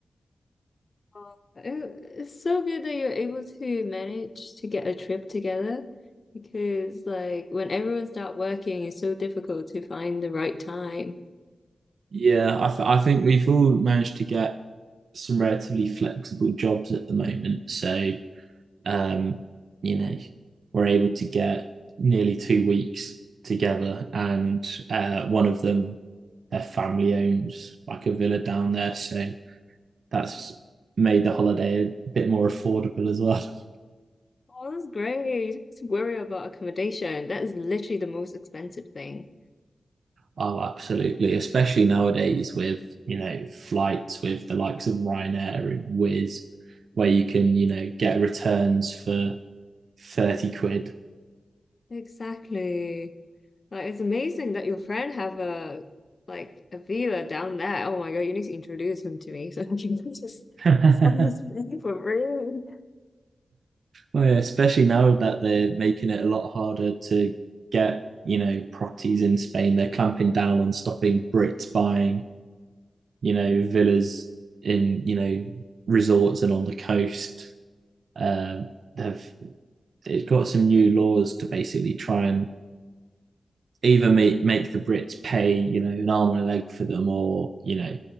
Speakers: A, on the left (about 40°); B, on the right (about 70°).
A: Oh, It- It's so good that you're able to manage to get a trip together because, like, when everyone's not working, it's so difficult to find the right time.
B: Yeah, I, th- I think we've all managed to get some relatively flexible jobs at the moment. So um, you know, we're able to get nearly two weeks together, and uh, one of them, their family owns like a villa down there, so that's made the holiday a bit more affordable as well. <laughs>
A: Oh, that's great. You don't have to worry about accommodation. That is literally the most expensive thing.
B: Oh, absolutely. Especially nowadays with, you know, flights with the likes of Ryanair and Wizz, where you can, you know, get returns for 30 quid.
A: Exactly. Like, it's amazing that your friend have a like a villa down there. Oh my God, you need to introduce him to me so I can <laughs> just
B: <laughs> well,
A: sell this thing for free.
B: yeah, especially now that they're making it a lot harder to get, you know, properties in Spain. They're clamping down on stopping Brits buying, you know, villas in, you know, resorts and on the coast. Um, they've it's got some new laws to basically try and either make make the Brits pay, you know, an arm and a leg for them, or you know,